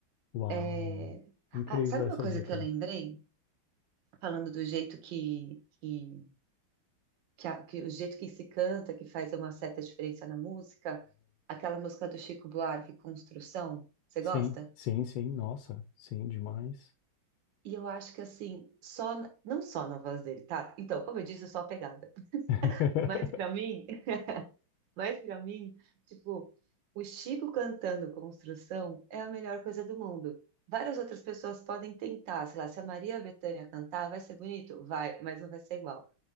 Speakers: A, on the left; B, on the right.
A: Uau.
B: É, ah,
A: Incrível
B: sabe uma
A: essa
B: coisa
A: dica.
B: que eu lembrei? Falando do jeito que, que, que, a- que o jeito que se canta, que faz uma certa diferença na música, aquela música do Chico Buarque, Construção. Você
A: Sim,
B: gosta?
A: sim, sim, nossa, sim, demais.
B: E eu acho que assim, só na- não só na voz dele, tá? Então, como eu disse, eu sou apegada. <laughs>
A: <laughs>
B: Mas pra mim, <laughs> mas para mim, tipo, o Chico cantando Construção é a melhor coisa do mundo. Várias outras pessoas podem tentar, sei lá, se a Maria Bethânia cantar, vai ser bonito? Vai, mas não vai ser igual.